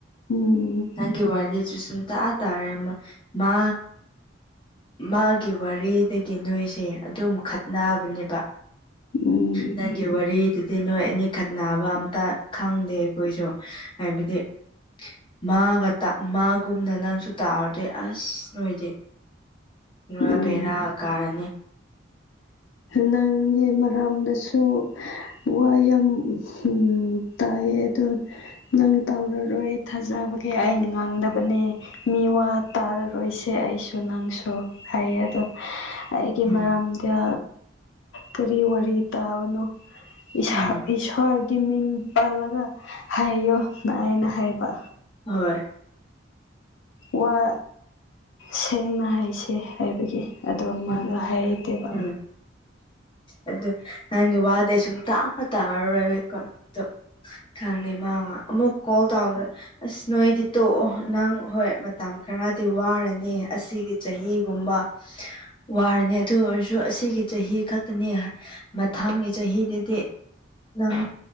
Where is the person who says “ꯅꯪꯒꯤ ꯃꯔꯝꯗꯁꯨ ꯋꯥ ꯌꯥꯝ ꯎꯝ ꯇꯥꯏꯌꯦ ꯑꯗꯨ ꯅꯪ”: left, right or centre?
Left